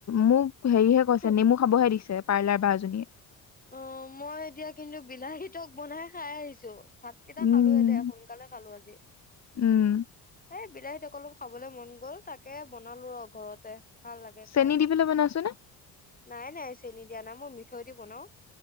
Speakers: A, on the left; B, on the left.
A: মোক হেৰিহে
B: উম
A: কৈছে নেমু খাবহে দিছে। পাৰ্লাৰ বাজনী <unintelligible>
B: অ মই এতিয়া কিন্তু বিলাহী তক বনাই খাই আহিছো। ভাতকেইটা
A: উম
B: খালোয়ে দে সোনকালে খালো আজি
A: উম
B: এই বিলাহী অলপ খাবলৈ মন গ'ল তাকে বনালো ৰ ঘৰতে ভাল লাগে
A: চেনি
B: খাই,
A: দি পেলাই বনাইছো নে
B: নাই নাই চেনি দিয়া নাই, মই মিঠৈ দি বনাও